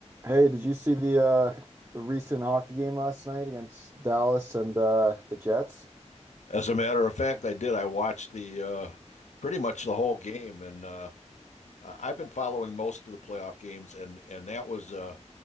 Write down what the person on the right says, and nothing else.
Hey, did you see the uh the recent hockey game last night against Dallas and uh the Jets?